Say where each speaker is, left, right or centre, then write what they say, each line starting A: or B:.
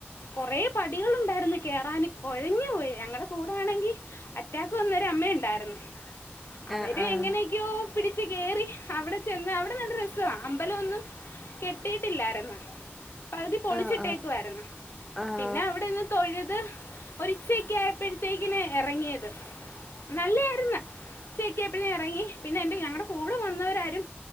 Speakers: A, on the left; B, in the centre.
A: കുറെ പടികളുണ്ടായിരുന്നു കേയറാൻ കൊഴഞ്ഞു പോയി ഞങ്ങളുടെ കൂടെ ണെങ്കിൽ അറ്റാക്ക് വന്നരു അമ്മ ഉണ്ടായിരുന്നു അവര്
B: ആഹ് ആഹ്
A: എങ്ങനൊക്കെയോ പിടിച്ച് കേറി അവിടെ ചെന്ന് അവിടെ നല്ല രസം അമ്പലംഒന്നും കെട്ടിട്ടില്ലായിരുന്നോ പകുതി പൊളിച്ചിട്ടേക്ക്
B: ആഹ്
A: വരുന്നു
B: ആഹ്
A: പിന്നെ അവിടെന്ന് തൊഴത് ഒരിച്ചക്ക ആയപ്പോഴത്തേക്കിന് ഇറങ്ങിയത് നല്ലായിരന്ന് ചെക്കാ പിന്നെ ഇറങ്ങി പിന്നെ എന്റെറെ ഞങ്ങളടെ കൂടെ വന്നവരാരും